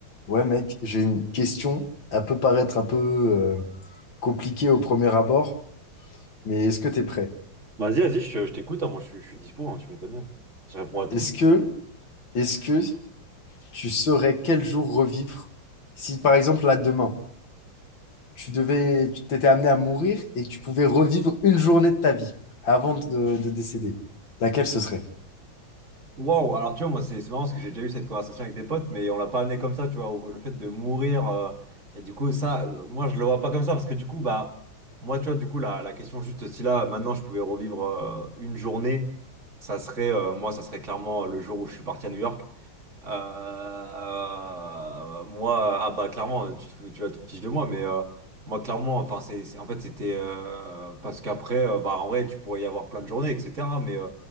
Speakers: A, on the left (about 65°); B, on the right (about 35°).
A: Ouais, mec, j'ai une question. Elle peut paraître un peu euh, compliquée au premier abord, mais est-ce que t'es prêt?
B: Vas-y, vas-y, je, te- je t'écoute, hein, moi je, suis je suis dispo, hein, tu me connais. hein. Je réponds à tout.
A: Est-ce que, est-ce que tu saurais quel jour revivre si, par exemple, là, demain, tu devais, tu t'étais amené à mourir et que tu pouvais revivre une journée de ta vie avant de, de décéder? Laquelle ce serait?
B: Wow, alors tu vois, moi c'est c'est marrant parce que j'ai déjà eu cette conversation avec des potes, mais on l'a pas amené comme ça, tu vois, au- le fait de mourir. euh, et du coup, ça, euh, moi je le vois pas comme ça parce que du coup, bah, moi tu vois, du coup, la, la question juste si là, maintenant je pouvais revivre euh, une journée, ça serait, euh, moi, ça serait clairement le jour où je suis parti à New York. Euh, moi, ah bah clairement, tu, te- fous- tu vas te fiches de moi, mais euh, moi clairement, enfin c'est, c'est- en fait c'était euh, parce qu'après, euh, bah en vrai, tu pourrais y avoir plein de journées, etc. Mais euh,